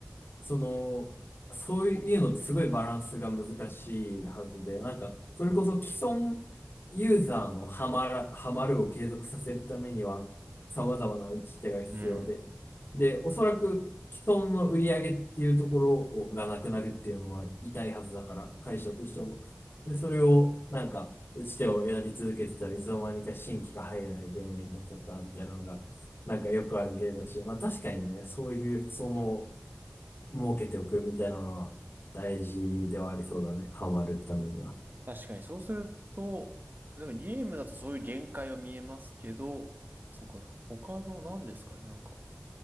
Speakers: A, on the left (about 60°); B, on the right (about 50°).
A: その、そういうのってすごいバランスが難しいはずで、なんか、それこそ既存ユーザーのハマら、ハマるを継続させるためには、様々な打ち手が必要で、
B: うん。
A: で、おそらく既存の売り上げっていうところをがなくなるっていうのは痛いはずだから、会社としても。で、それを、なんか、打ち手をやり続けてたらいつの間にか新規が入らないゲームになっちゃったみたいなのが、なんかよくある例だし、まあ確かにね、そういう、その、儲けておくみたいなのは大事ではありそうだね。ハマるためには。
B: 確かにそうすると、例えばゲームだとそういう限界は見えますけど、そっか、そか他の何ですかね、なんか、